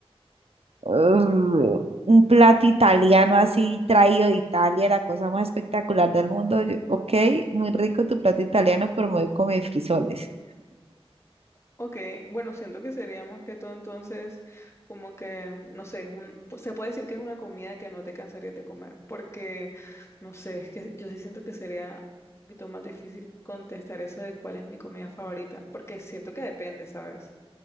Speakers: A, on the right; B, on the left.
A: uh, un plato italiano así traído de Italia, la cosa más espectacular del mundo. Yo, ok, muy rico tu plato italiano, pero me voy con mis frijoles.
B: Ok, bueno, siento que sería más que todo entonces como que, no sé, es un, pu- se puede decir que es una comida que no te cansarías de comer, porque, no sé, es que yo sí siento que sería un poquito más difícil contestar eso de cuál es mi comida favorita, porque siento que depende, ¿sabes?